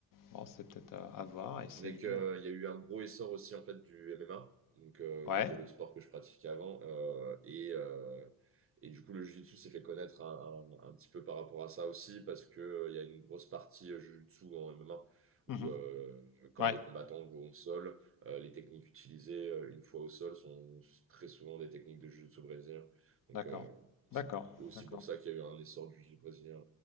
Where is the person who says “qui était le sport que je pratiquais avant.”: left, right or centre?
Right